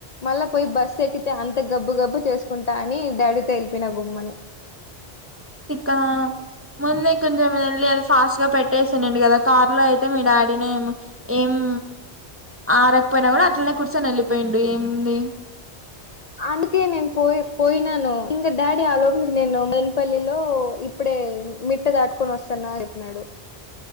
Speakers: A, on the left (about 50°); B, on the right (about 15°).
A: మళ్ళా పోయి బస్సు ఎక్కితే అంత గబ్బు గబ్బు చేసుకుంటా అని డాడీతో వెళ్లి పోయినా గుమ్మని
B: ఆ చక్కా మొన్నె కొంచమ <unintelligible> ఫాస్ట్ గా పెట్టేసానండి కదా కారు లో అయితే మీ డాడీనే ఏమో ఏమ్ ఆరకపోయినా కూడా అట్లనే కూర్చొని వెళ్ళిపోయిండు ఏముంది
A: అందుకే నేను పో పోయినను ఇంగ డాడి ఆలోపలికి నేను మన్పల్లిలో ఇప్పుడే ఏ మిట్ట దాట్కొని వస్తాన్నా అని చెప్పినాడు